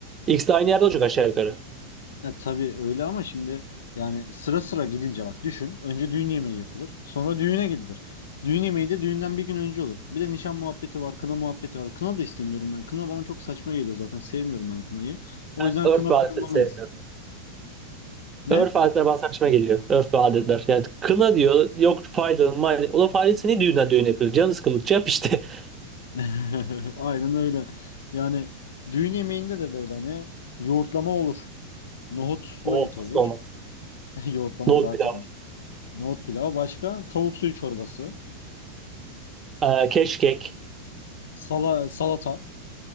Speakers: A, on the right (about 25°); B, on the left (about 60°).
A: İkisi de aynı yerde olacak aşağı yukarı.
B: Ya tabii öyle ama şimdi yani sıra sıra gidince bak düşün. Önce düğün yemeği yapılır. Sonra düğüne gidilir. Düğün yemeği de düğünden bir gün önce olur. Bir de nişan muhabbeti var, kına muhabbeti var. Kına da istemiyorum ben. Kına bana çok saçma geliyor zaten. Sevmiyorum ben kınayı. O
A: Ben
B: yüzden kına
A: örf ve
B: planlamayız.
A: adetleri sevmiyorum.
B: Ne?
A: Örf ve adetler bana saçma geliyor. Örf ve adetler. Yani kına diyor yok faydalı maydalı. Ulan faydası ne düğünden düğün yapıyor? Canı sıkıldıkça yap işte. <laughs>
B: <laughs> Aynen öyle. Yani düğün yemeğinde de böyle hani yoğurtlama olur. Nohutlu
A: O olmazsa
B: et olur.
A: olmaz.
B: <laughs> Yoğurtlama
A: Nohut
B: zaten.
A: pilav.
B: Nohut pilavı başka. Tavuk suyu çorbası.
A: Ee, keşkek.
B: Sala, salata.